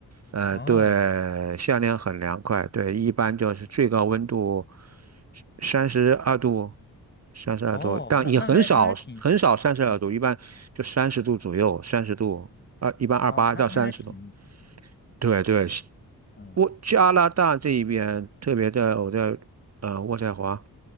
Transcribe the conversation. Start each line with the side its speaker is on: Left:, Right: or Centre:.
Right: 呃，
Left: 哦
Right: 对，夏天很凉快，对，一般就是最高温度三十二度，三十二度，
Left: 哦，
Right: 但也很少很少三十二度，
Left: 那那还那还挺，嗯，
Right: 一般就三十度左右，三十度，二一般二八到三十度，
Left: 哦，那那还挺，
Right: 对对，
Left: 嗯，
Right: 我加拿大这一边，特别在我在呃渥太华